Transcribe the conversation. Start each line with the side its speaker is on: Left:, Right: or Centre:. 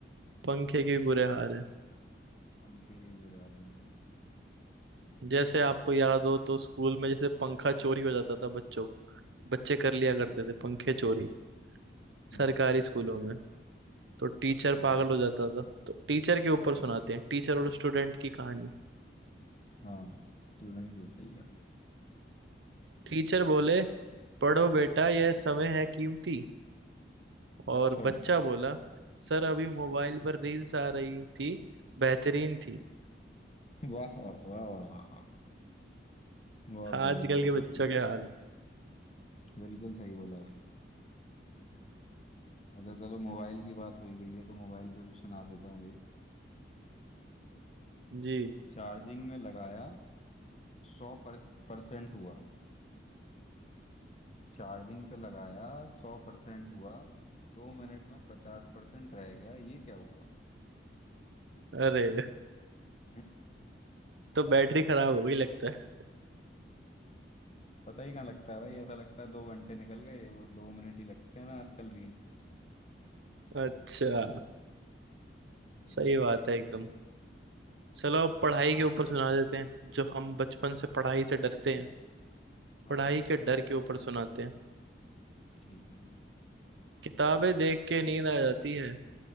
Right: पंखे के भी बुरे हाल है
Left: पंखे के बुरे हाल है भाई
Right: जैसे आपको याद हो तो स्कूल में जैसे पंखा चोरी हो जाता था बच्चों बच्चे कर लिया करते
Left: हाँ
Right: थे पंखे चोरी
Left: हम्म
Right: सरकारी
Left: हम्म,
Right: स्कूलों में तो टीचर
Left: बिल्कुल
Right: पागल हो जाता था तो टीचर के ऊपर
Left: हाँ
Right: सुनाते हैं टीचर और स्टूडेंट की कहानी
Left: हाँ स्टूडेंट की बताइए आप।
Right: टीचर बोले पढ़ो बेटा यह समय है कीमती और
Left: अच्छा
Right: बच्चा बोला सर अभी मोबाइल पर रील्स आ रही थी बेहतरीन थी
Left: वाह वाह वाह वाह वाह। बहुत बढ़िया
Right: आजकल
Left: बहुत
Right: के
Left: बढ़िया
Right: बच्चों के हाल
Left: बिल्कुल सही बोला भाई अच्छा चलो मोबाइल की बात हो ही गई है तो मोबाइल पे भी सुना देता हूँ एक
Right: जी
Left: चार्जिंग में लगाया सौ पर, परसेंट हुआ चार्जिंग पे लगाया सौ परसेंट हुआ दो मिनट में पचास परसेंट रह गया ये क्या हुआ
Right: अरे
Left: <laughs>
Right: तो बैटरी खराब हो गई लगता है
Left: पता ही कहाँ लगता है भाई ऐसा लगता है दो घंटे निकल गए वो दो मिनट ही लगते हैं ना आजकल
Right: अच्छा
Left: रील
Right: सही बात है एकदम चलो अब पढ़ाई के ऊपर सुना देते हैं जो हम बचपन से पढ़ाई से डरते हैं
Left: हाँ
Right: पढ़ाई
Left: हाँ
Right: के डर के ऊपर सुनाते हैं
Left: ठीक है
Right: किताबें देख के नींद आ जाती है